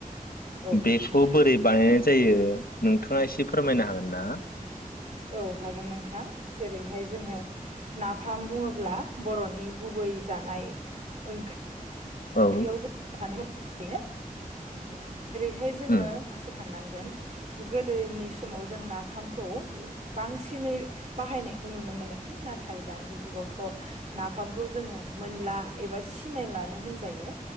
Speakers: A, on the right (about 55°); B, on the left (about 85°).
A: औ
B: बेखौ
A: नोंथां
B: बोरै बानायनाय जायो जायो नोंथाङा एसे फोरमायनो हागोन ना
A: औ हागोन नोंथां जेरैहाय जोङो नाफाम बुङोब्ला बरनि गुबै जानाय ओंख्रि
B: औ
A: ख्रियाव जों फानो <unintelligible> जेरैहाय जोङो
B: उम
A: गोसोखांनां गोन गोदोनि समाव जों नाफामखौ बांसिनै बाहायनायखौ नुनो मोन नाथाय दानि जुगावथ नाफामखौ जोङो मोनला एबा सिनायलानो होनजायो